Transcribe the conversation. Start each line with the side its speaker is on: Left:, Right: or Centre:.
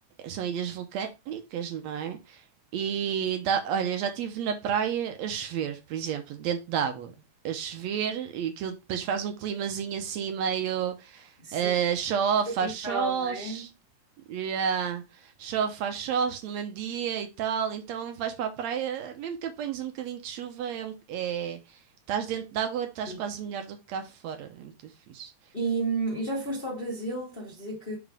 Right: são ilhas vulcânicas, não é? E dá, olha, já estive na praia a chover, por exemplo, dentro d'água, a chover, e aquilo depois faz um climazinho assim meio
Left: sim,
Right: eh, chove,
Left: tropical,
Right: faz sol,
Left: não é?
Right: ch- yeah, chove, faz sol no mesmo dia e tal. Então vais para a praia, mesmo que apanhes um bocadinho de chuva, é, um- é- estás dentro d'água, estás
Left: Sim.
Right: quase melhor do que cá fora. É muito fixe.
Left: E, hum, e já foste ao Brasil? Estavas a dizer que